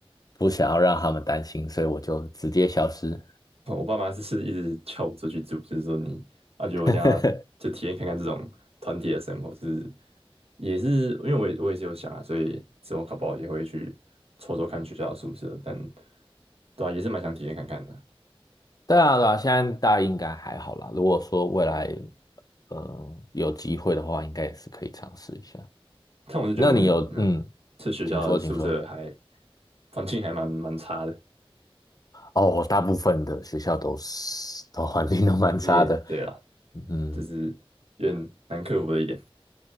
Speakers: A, on the left; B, on the right.
A: 不想要让他们担心，所以我就直接消失。
B: 我爸妈是是一直叫我出去住，就是说你啊，觉得我等一下就体验看看这种团体的生活，
A: <laughs>
B: 就是也是因为我也我也是有想啊，所以之后考不好也会去抽抽看学校的宿舍，但对啊，也是蛮想体验看看的。
A: 对啊，对啊，现在大家应该还好啦。如果说未来，嗯、有机会的话，应该也是可以尝试一下。
B: 但我是觉得我们的嗯，
A: 那你有，嗯，
B: 这学校的宿舍还
A: 请说，请说。
B: 环境还蛮蛮差的，
A: 哦，我大部分的学校都是，都环境都蛮差的。
B: 也对啦，
A: 嗯，
B: 就是有点难克服的一点，